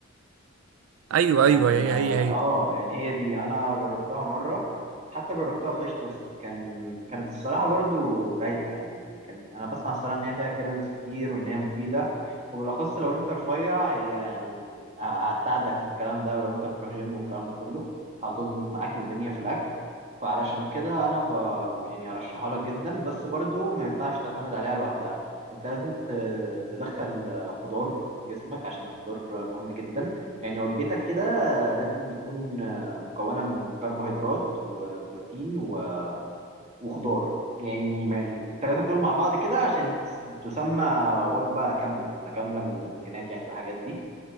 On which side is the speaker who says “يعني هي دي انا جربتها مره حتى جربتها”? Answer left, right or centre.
Right